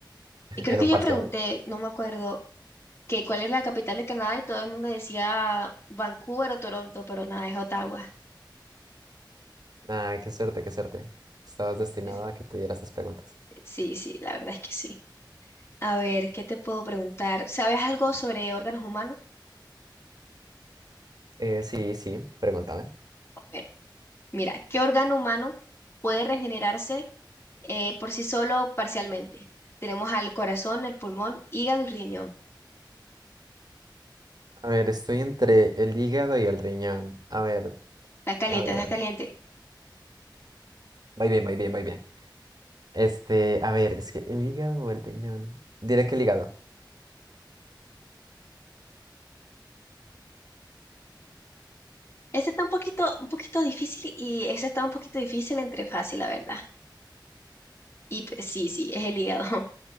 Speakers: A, on the right; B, on the left.
A: <laughs>
B: y creo
A: en
B: que
A: un
B: yo
A: parcial.
B: pregunté, no me acuerdo, que cuál es la capital de Canadá y todo el mundo decía Vancouver o Toronto, pero nada, es Ottawa.
A: Ah, qué suerte, qué suerte. Estabas destinado
B: Sí, sí,
A: a que tuvieras esas preguntas.
B: sí, sí, la verdad es que sí. A ver, ¿qué te puedo preguntar? ¿Sabes algo sobre órganos humanos?
A: Eh, sí, sí, pregúntame.
B: A ver, mira, ¿qué órgano humano puede regenerarse? eh, por sí solo parcialmente. Tenemos al corazón, el pulmón, hígado y riñón.
A: A ver, estoy entre el hígado y el riñón. A ver,
B: Está caliente,
A: a ver,
B: está
A: a ver.
B: caliente.
A: Va bien, va bien, va bien. Este, a ver, es que el hígado o el riñón. Diré que el hígado.
B: Este está un poquito, un poquito difícil y ese está un poquito difícil entre fácil, la verdad. Y pues, sí, sí, es el hígado. <laughs>